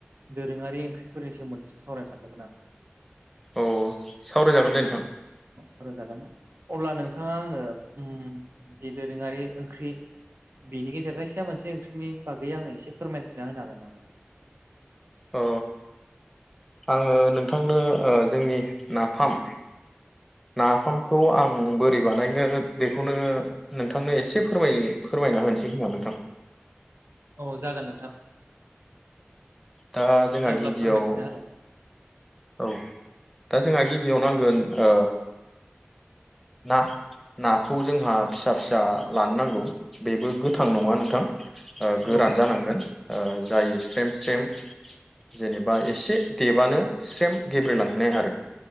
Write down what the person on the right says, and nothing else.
दोरोङारि ओंख्रिफोरनि सोमोन्दैसे सावरायनो सानदोंमोन आं
स जागोन ना अब्ला नोंथाङा आंनो ओम जि दोरोङारि ओंख्रि बेनि गेजेरजों सेया मोनसे ओंख्रिनि बागै आङो एसे फोरमायथिना होनो हागोन नामा?
औ जागोन नोंथां।
दे अब्ला
फोरमायथिना होलाय
औ